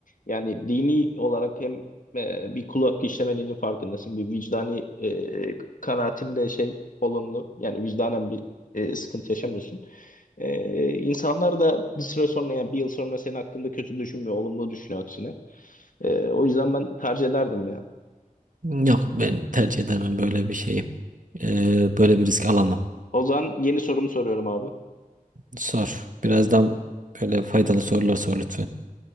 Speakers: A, on the left; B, on the right.
A: yani dini olarak hem e, bir kul hakkı işlemediğinin farkındasın. Bir vicdani e, kanaatinde şey olumlu. Yani vicdanen bir e, sıkıntı yaşamıyorsun. E, insanlar da bir süre sonra ya bir yıl sonra senin hakkında kötü düşünmüyor. Olumlu düşünüyor aksine. E, o yüzden ben tercih ederdim ya.
B: Yok ben tercih edemem böyle bir şeyi. Ee, böyle bir risk alamam.
A: O zaman yeni sorumu soruyorum abi.
B: Sor. Birazdan böyle faydalı sorular sor lütfen.